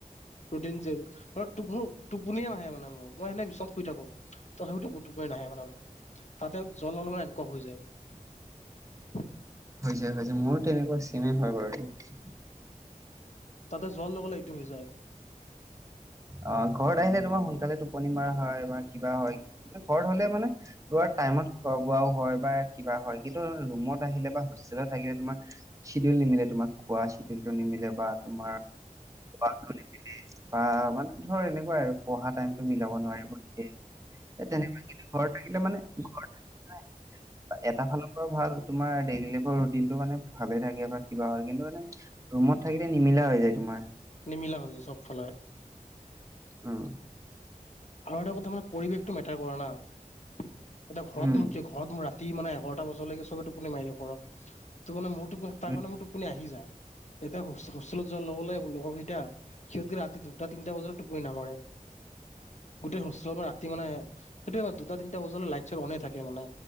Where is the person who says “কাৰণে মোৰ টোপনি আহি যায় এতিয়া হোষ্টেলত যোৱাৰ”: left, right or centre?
Left